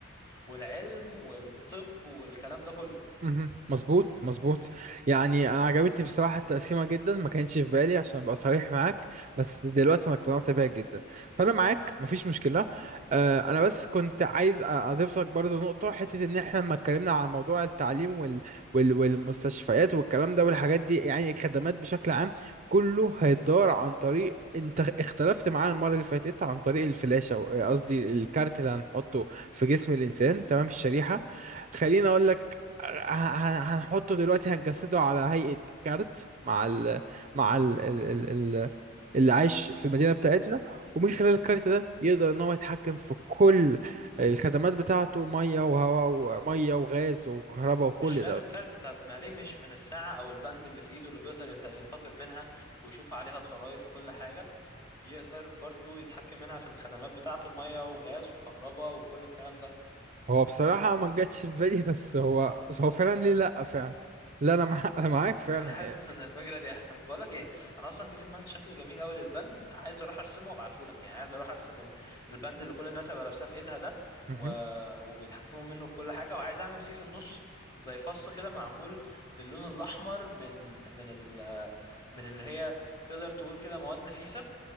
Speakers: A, on the left; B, on the right.
A: والعلم والطب والكلام ده كله
B: مهم. مظبوط مظبوط يعني انا عجبتني بصراحه التقسيمه جدا ما كانتش في بالي عشان ابقى صريح معاك بس دلوقتي انا اقتنعت بيها جدا فانا معاك مفيش مشكله آه، انا بس كنت عايز أ- اضيف لك برضو نقطه حته ان احنا لما اتكلمنا عن موضوع التعليم وال... وال... والمستشفيات والكلام ده والحاجات دي يعني الخدمات بشكل عام كله هيدار عن طريق انت اختلفت معانا المره اللي فاتت عن طريق الفلاشه قصدي الكارت اللي هنحطه في جسم الانسان تمام الشريحه خليني اقول ه- ه- هنحطه دلوقتي هنجسده على هيئة كارت مع ال مع ال ال ال ال اللي عايش في المدينة بتاعتنا ومن خلال الكارت ده يقدر ان هو يتحكم في كل الخدمات بتاعته مية وهواء ومية وغاز وكهرباء وكل
A: مش لازم
B: ده
A: كارت طب ما ليه مش من الساعة أو البند اللي في إيده اللي بيقدر يت- ينتقل منها ويشوف عليها الخرائط وكل حاجة يقدر برضو يتحكم منها في الخدمات بتاعته مية وغاز وكهرباء وكل الكلام ده
B: هو بصراحة ما جاتش في بالي بس هو بس هو فعلا ليه لأ فعلا لا انا مع... <laughs> انا معاك فعلا
A: انا حاسس
B: إيه.
A: ان الفكره دي احسن بقول لك ايه انا اصلا جه في دماغي شكل جميل قوي للبند عايز اروح ارسمه وابعته لك يعني عايز اروح ارسم ال- البند اللي كل الناس هيبقى لابساه في ايدها ده
B: مهم.
A: و... وبيتحكموا منه في كل حاجه وعايز اعمل فيه في النص زي فص كده معمول باللون الاحمر من من ال... من اللي هي تقدر تقول كده مواد نفيسه